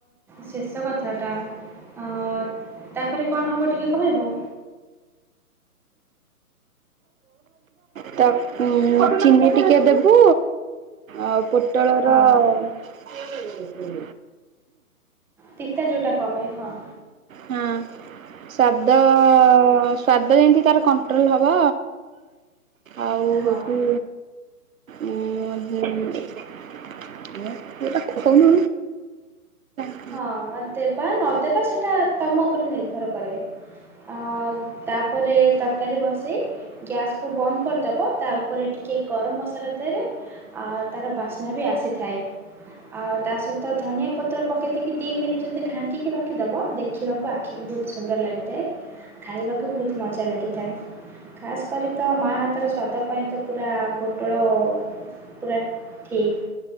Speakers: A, in the centre; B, on the right.
A: ଶେଷ କଥାଟା ଅ ତାପରେ କଣ ହବ ଟିକେ କହିବୁ?
B: ତା ଉଁ ଚିନି ଟିକେ ଦେବୁ ଆଉ ପୋଟଳର
A: ହଁ
B: ହ ହୁଁ
A: ପିତା ଜୋଉଟା କମେ ହଁ।
B: ହଁ। ସ୍ଵାଦ ସ୍ଵାଦ ଯେମିତି ତାର କଣ୍ଟ୍ରୋଲ ହବ। ଆଉ
A: ହଁ
B: ହଉଛି ଉଁ <unintelligible>
A: ହଁ ଦେବା ନଦବା ସେଇଟା ତମ ଉପରେ ନିର୍ଭର କରେ। ଅ ତାପରେ ତରକାରୀ ବସେଇ ଗ୍ୟାସ୍ କୁ ବନ୍ଦ କରିଦବ ତା ଉପରେ ଟିକେ ଗରମ ମସଲା ଦେରେ ଆ ତାର ବାସ୍ନା ବି ଆସିଥାଏ ଆ ତା ସହିତ ଧନିଆ ପତ୍ର ପକେଇ ଦେଇକି ଦି ମିନିଟ ଯଦି ଢାଙ୍କିକି ରଖିଦବ ଦେଖିବାକୁ ଆଖିକୁ ବହୁତ ସୁନ୍ଦର ଲାଗିଥାଏ। ଖାଇବାକୁ ବହୁତ ମଜା ଲାଗିଥାଏ। ଖାସ୍ କରି ତ ମା ହାତର ସ୍ୱାଦ ପାଇଁ ତ ପୁରା ପୋଟଳ ପୁରା ଠିକ୍